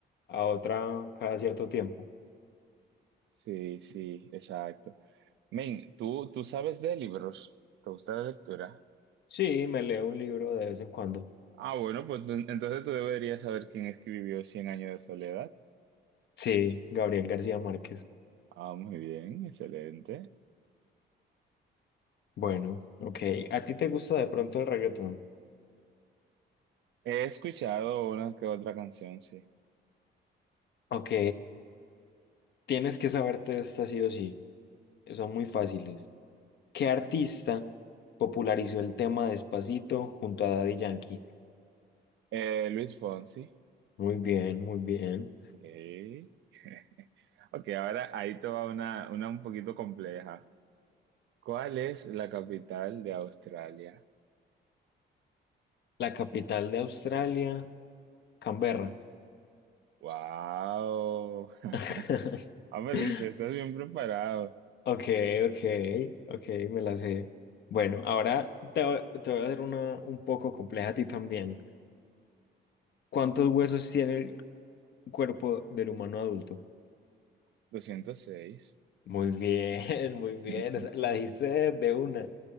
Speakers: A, on the left; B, on the right.
A: a otra cada cierto tiempo.
B: Sí, sí, exacto. Men, ¿tú, tú sabes de libros? ¿Te gusta la lectura?
A: Sí, me leo un libro de vez en cuando.
B: Ah, bueno, pues tú- entonces tú deberías saber quién escribió Cien años de soledad.
A: Sí, Gabriel García Márquez.
B: Ah, muy bien, excelente.
A: Bueno, ok. ¿A ti te gusta de pronto el reggaetón?
B: He escuchado una que otra canción, sí.
A: Ok, tienes que saberte esta sí o sí. Son muy fáciles. ¿Qué artista popularizó el tema Despacito junto a Daddy Yankee?
B: Eh, Luis Fonsi.
A: Muy bien, muy bien.
B: Ey. <laughs> Ok, ahora ahí te va una, una un poquito compleja. ¿Cuál es la capital de Australia?
A: La capital de Australia, Canberra.
B: ¡Wow! <laughs>
A: <laughs>
B: Vamos a ver si estás bien preparado.
A: Ok, ok, ok, me la sé. Bueno, ahora te, voy te voy a hacer una un poco compleja a ti también. ¿Cuántos huesos tiene el cuerpo del humano adulto?
B: doscientos seis
A: Muy bien, <laughs> muy bien.
B: <laughs>
A: Esa- La dijiste de una,